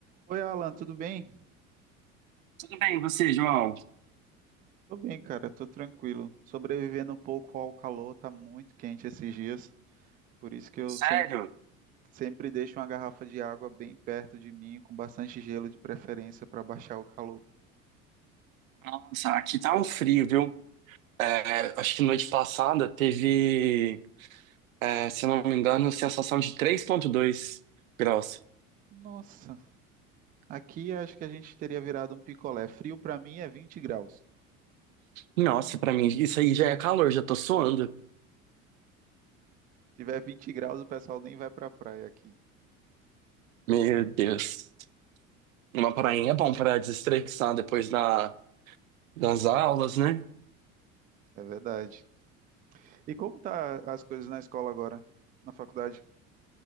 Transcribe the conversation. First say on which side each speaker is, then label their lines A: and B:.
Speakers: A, on the right (about 20°); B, on the right (about 70°).
A: Oi, Alan, tudo bem?
B: Tudo bem, e você, João?
A: Tô bem, cara, tô tranquilo. Sobrevivendo um pouco ao calor, tá muito quente esses dias, por isso que eu
B: Sério?
A: sempre, sempre deixo uma garrafa de água bem perto de mim, com bastante gelo de preferência para baixar o calor.
B: Nossa, aqui tá um frio, viu? É, acho que noite passada teve, é, se eu não me engano, sensação de três vírgula dois graus.
A: Nossa, aqui acho que a gente teria virado um picolé. Frio pra mim é 20 graus.
B: Nossa, pra mim, isso aí já é calor, já tô suando.
A: Se tiver 20 graus, o pessoal nem vai pra praia aqui.
B: Meu Deus. Uma prainha é bom pra desestressar depois da, das aulas, né?
A: É verdade. E como tá as coisas na escola agora, na faculdade?